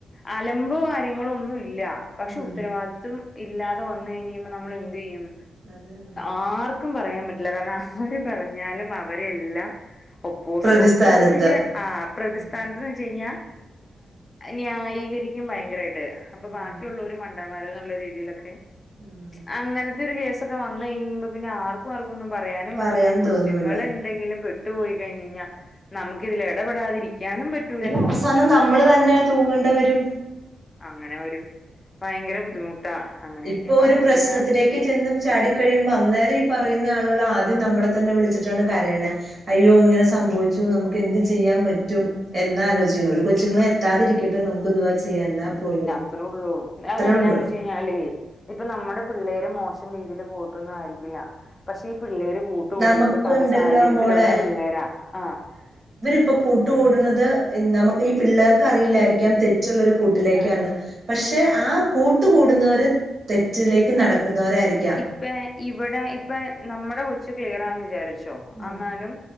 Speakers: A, on the left; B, on the right.
A: അലമ്പോ കാര്യങ്ങളൊ ഒന്നുവില്ല പക്ഷെ
B: ഉം
A: ഉത്തരവാദിത്വം ഇല്ലാതെ വന്ന് കഴിഞ്ഞഴിയുമ്പോ നമ്മളെന്ത്യ്യും
B: അത് തന്നെ
A: ആർക്ക ക്കും പറയാൻ പറ്റില്ല കാരണം ഹ്ഹാര് പറഞ്ഞാലും അവരെയെല്ലാം ഒപ്പോസ്
B: പ്രതിസ്ഥാനത്ത്
A: ഒപ്പോസ് ആഹ് പ്രതിസ്ഥാനത്ത്ന്ന്
B: ഉം
A: വെച്ചഴിഞ്ഞാ ന്യായീകരിക്കും ഭയങ്കരായിട്ട് അപ്പൊ
B: ഉം
A: ബാക്കിയുള്ളോര് മണ്ടമാര്ന്നുള്ള രീതീലൊക്കെ
B: ഉം
A: അങ്ങനത്തെ ഒരു കേസൊക്കെ വന്ന് കഴിയുമ്പോ പിന്നെ ആർക്കും ആർക്കും ഒന്നും പറയാനും പറ്റില്ല
B: പറയാൻ
A: കൊച്ചുങ്ങൾ
B: തോന്നൂല
A: എന്തെങ്കിലും പെട്ടു പോയി കഴിഞ് കഴിഞ്ഞാൽ നമുക്ക് ഇതിൽ ഇടപൊതിരിക്കാനും പറ്റുല്ല്യ
B: ഇല്ല അവസാനം നമ്മള് തന്നെ തൂങ്ങേണ്ടി വരും
A: അങ്ങനെ വരും ഭയങ്കര ബുദ്ധിമുട്ടാ അങ്ങനെയൊക്കെയ
B: ഇപ്പൊ
A: ആവുമ്പോ
B: ഒരു
A: അതുകൊണ്ട്
B: പ്രശ്നത്തിലേക്ക്
A: ഞാൻ
B: ചെന്ന് ചാടി കഴിയുമ്പോ അന്നേരം ഈ പറയുന്ന ആളുകൾ ആദ്യം നമ്മളെ തന്നെ വിളിച്ചിട്ടാണ് കരയണെ അയ്യോ ഇങ്ങനെ സംഭവിച്ചു നമുക്ക് എന്ത് ചെയ്യാൻ പറ്റും എന്നാ ആലോചിക്കണം ഒരു കൊച്ചുങ്ങളെ എത്താതിരിക്കട്ടെ നമുക്ക് ദുആ ചെയ്യാം എന്നാ പോലും
A: അത്രേള്ളൂ
B: അത്രേ
A: അതാന്ന്
B: ഉള്ളു
A: വെചാ ഞേ ഇപ്പ നമ്മുടെ പിള്ളേര് മോശം രീതിയിൽ പോയിട്ടൊന്നും ആയിരിക്കില്ല പക്ഷെ ഈ പിള്ളേര് കൂട്ടുകൂടുന്നത്
B: നമുക്കുണ്ടല്ലോ
A: പല സാഹചര്യത്തിലുള്ള
B: മോളെ
A: പിള്ളേരാ ആഹ
B: ഇപ്പൊ കൂട്ട് കൂടുന്നത് നമുക്ക് ഈ പിള്ളേർക്ക് അറിയില്ലായിരിക്കാം തെറ്റുള്ളൊരു കൂട്ടിലേക്കാന്ന്
A: ആ
B: പക്ഷെ ആ കൂട്ട് കൂടുന്നവര് തെറ്റിലേക്ക് നടക്കുന്നവരായിരിക്കാം
A: ആ ഇപ്പ ഇവിടെ ഇപ്പ നമ്മുടെ കൊച്ച് ക്ലിയറാന്ന് വിചാരിച്ചോ
B: ഉം
A: അന്നാലും